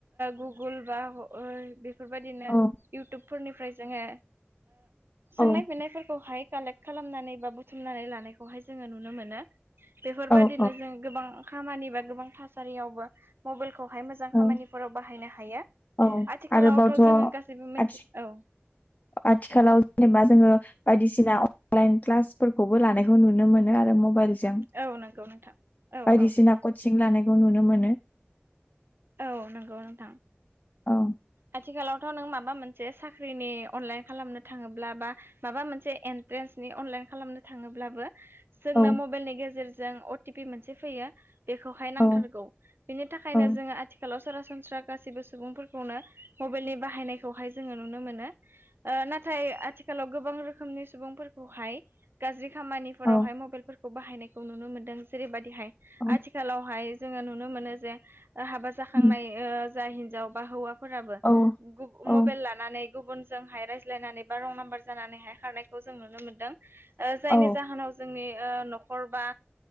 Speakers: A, on the right (about 60°); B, on the left (about 35°).
A: गुगोल बा बेफोरबायदिनो
B: औ
A: इउटुबफोरनिफ्राय जोङो सोंनाय
B: औ
A: फिन्नायफोरखौहाय कालेक्ट खालामनानै बा बुथुमनानै लानायखौहाय जोङो नुनो मोनो बेफोरबायदिनो
B: औ
A: जों गोबां खामानि बा गोबां थासारियावबो मबाइलखौहाय मोजां
B: औ
A: खामानिफोराव बाहायनो हायो
B: औ
A: आथिखालावथ'
B: आरोबावथ'
A: जोङो गासैबो मिथि
B: आथि
A: औ
B: आथिखालाव जेनेबा जोङो बायदिसिना अनलाइन क्लासफोरखौबो लानायखौ नुनो मोनो आरो मबाइलजों।
A: औ नंगौ नोंथां औ
B: बायदिसिना
A: औ।
B: कचिं लानायखौ नुनो मोनो।
A: औ नंगौ नोंथां।
B: औ
A: आथिखालावथ' नों माबा मोनसे साख्रिनि अनलाइन खालामनो थाङोब्ला बा माबा मोनसे एन्ट्रेन्सनि अनलाइन खालामनो थाङोब्लाबो जोंनो
B: औ
A: मबाइलनि गेजेरजों अ टि पि मोनसे फैयो बेखौहाय नांथारगौ
B: औ
A: बेनि थाखायनो
B: औ
A: जोङो आथिखालाव सरासनस्रा गासैबो सुबुंफोरखौनो मबाइलनि बाहायनायखौहाय जोङो नुनो मोनो। नाथाय आथिखालाव गोबां रोखोमनि सुबुंफोरखौहाय गाज्रि खामानिफोरावहाय
B: औ
A: मबाइलफोरखौ बाहायनायखौ नुनो मोनदों जेरैबायदिहाय
B: औ
A: आथिखालावहाय जोङो नुनो मोनो जे हाबा जाखांनाय
B: उम
A: जा हिनजाव बा हौवा फोराबो
B: औ औ
A: मबाइल नानै गुबुनजोंहाय रायज्लायनानै बा रं नाम्बार जानानैहाय खारनायखौ जों नुनो मोनदों। जायनि
B: औ
A: जाहोनाव जोंनि न'खर बा